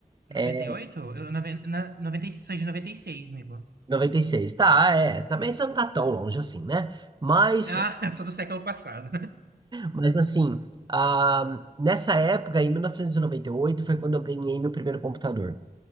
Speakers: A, on the right; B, on the right.
A: é,
B: 98? Eu, noven- na, 96, sou de 96, amigo.
A: noventa e seis tá, é. Também você não tá tão longe assim, né? Mas,
B: Ah, <laughs> sou do século passado.
A: mas assim, ah, nessa época, em 1998 foi quando eu ganhei meu primeiro computador.